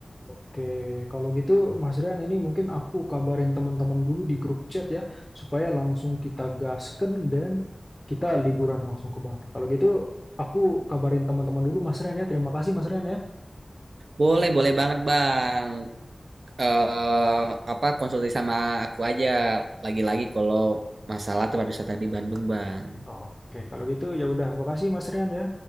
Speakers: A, on the left (about 20°); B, on the right (about 75°).
A: Oke, kalau gitu Mas Rian ini mungkin aku kabarin teman-teman dulu di grup chat ya, supaya langsung kita gasken dan kita liburan langsung ke Bandung. Kalau gitu aku kabarin teman-teman dulu Mas Rian ya. Terima kasih Mas Rian ya.
B: Boleh, boleh banget Bang. Eh apa konsultasi sama aku aja lagi-lagi kalau masalah tempat wisata di Bandung Bang.
A: Oke, kalau gitu ya udah, makasih Mas Rian ya.